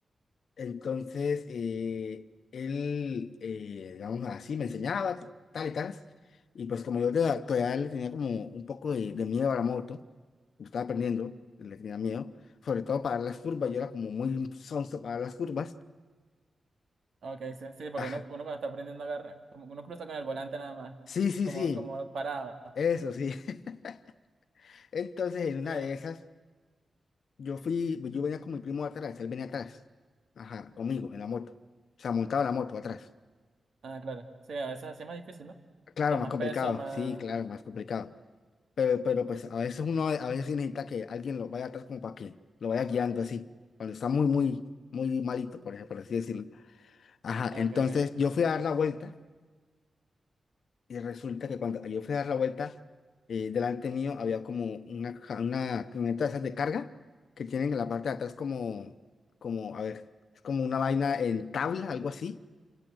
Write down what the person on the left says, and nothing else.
Entonces, eh, él, eh, digamos así, me enseñaba tal y tal. Y pues como yo todavía todavía le tenía como un poco de, de miedo a la moto, me estaba aprendiendo, le tenía miedo, sobre todo para las curvas, yo era como muy sonso para las curvas.
Ajá.
Sí, sí,
sí,
eso sí. <laughs> Entonces, en una
de esas, yo fui, pues, yo venía con mi primo atrás, él venía atrás, ajá, conmigo, en la moto. O sea, montado en la moto atrás.
Claro,
más
complicado,
sí, claro, más complicado. Pero, pero pues a veces uno a veces sí necesita que alguien lo vaya atrás como para que lo vaya guiando así, cuando está muy, muy, muy malito, por ejemplo, por así decirlo. Ajá,
entonces
yo fui a dar la vuelta y resulta que cuando yo fui a dar la vuelta, eh, delante mío había como una, caja- una camioneta de esas de carga que tienen en la parte de atrás como, como, a ver, es como una vaina en tabla, algo así,